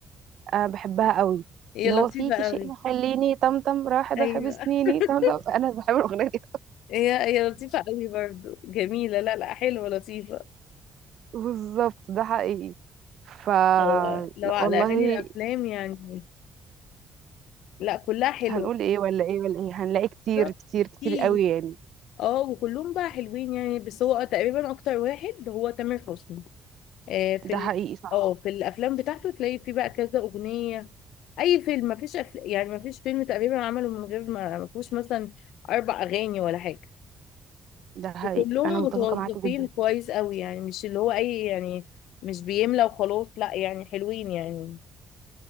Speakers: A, on the right; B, on the left.
A: أنا بحبها قوي
B: هي
A: اللي
B: لطيفة
A: هو فيكي
B: قوي
A: شيء مخليني طمطم راح ده
B: ايوه
A: حب سنيني
B: <laughs>
A: طمطم انا بحب الاغنيه دي
B: هي هي لطيفة قوي برضه جميلة لا لا حلوة لطيفة
A: بالظبط ده حقيقي ف
B: اه لو
A: لا
B: على
A: والله
B: اغاني الافلام يعني لا كلها حلوة
A: هنقول ايه ولا ايه ولا ايه هنلاقي كتير
B: بالظبط
A: كتير
B: اكيد
A: كتير قوي يعني
B: اه وكلهم بقى حلوين يعني بس هو تقريبا اكتر واحد هو تامر حسني آه، في
A: ده
B: ال...
A: حقيقي صح
B: اه في الافلام بتاعته تلاقي فيه بقى كذا اغنيه اي فيلم مفيش أفل... يعني مفيش فيلم تقريبا عمله من غير ما ما فيهوش مثلا اربع اغاني ولا حاجه
A: ده حقيقي
B: وكلهم
A: انا متفقة
B: متوظفين
A: معاك جدا
B: كويس قوي يعني مش اللي هو اي يعني مش بيملى وخلاص لا يعني حلوين يعني